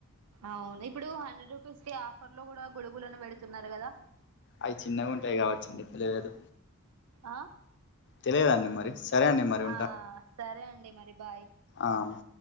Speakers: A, on the right; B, on the left.
A: అవును ఇప్పుడు హండ్రెడ్ రూపీస్ కి ఆఫర్ లో కూడా గొడుగులులను పెడుతున్నారు కదా.
B: అవి చిన్నగా ఉంటాయి, కావచ్చండి తెలియదు
A: ఆ?
B: తెలియదండి మరి సరే అండి మరి
A: ఆ సరే అండి మరి బాయ్
B: ఆము